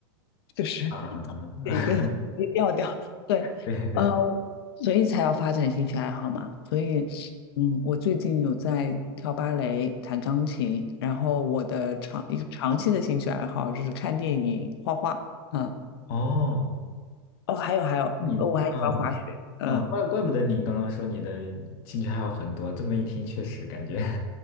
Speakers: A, on the left; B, on the left.
A: 就是
B: 嗯嗯嗯，
A: <laughs> 一个一个调调。对，
B: <laughs> 对对对，
A: 呃，所以才要发展兴趣爱好嘛。所以，嗯，我最近有在跳芭蕾、弹钢琴，然后我的长一个长期的兴趣爱好就是看电影、画画。嗯，
B: 哦，
A: 哦，还有还有，
B: 你嗯。
A: 呃我还喜欢滑雪。嗯
B: 啊，怪怪不得你刚刚说你的兴趣爱好很多，这么一听确实感觉